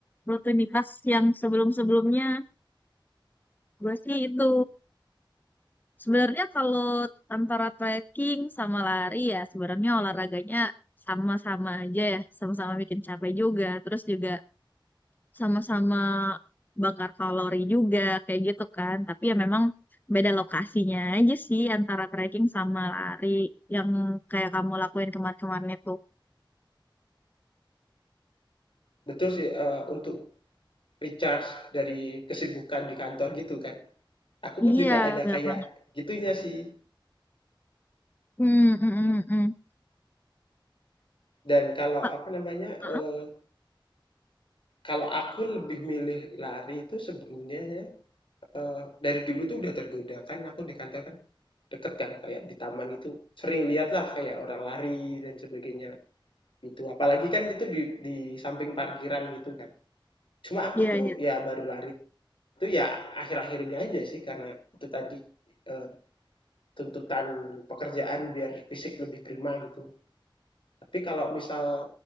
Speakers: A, on the left; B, on the left.
A: rutinitas yang sebelum-sebelumnya. Gue sih itu. Sebenarnya kalau antara trekking sama lari ya sebenarnya olahraganya sama-sama aja ya, sama-sama bikin capek juga, terus juga sama-sama bakar kalori juga kayak gitu kan. Tapi ya memang beda lokasinya aja sih antara trekking sama lari yang kayak kamu lakuin kemarin-kemarin itu.
B: Betul sih, eee, untuk recharge dari kesibukan di kantor gitu kan. Aku pun
A: Iya,
B: juga ada
A: benar
B: kayak
A: banget.
B: gitunya sih.
A: Hmm, hmm, hmm, hmm.
B: Dan kalau
A: Ah,
B: apa namanya,
A: ah,
B: eee, kalau aku lebih milih lari itu sebenarnya ya, eee, dari dulu tuh udah tergoda kan aku di kantor kan deket kan kayak di taman itu sering lihat lah kayak orang lari dan sebagainya gitu. Apalagi kan itu di di samping parkiran gitu kan. Cuma aku
A: Iya,
B: tuh
A: iya.
B: ya baru lari itu ya akhir-akhir ini aja sih karena itu tadi, eee tuntutan pekerjaan biar fisik lebih prima gitu. Tapi kalau misal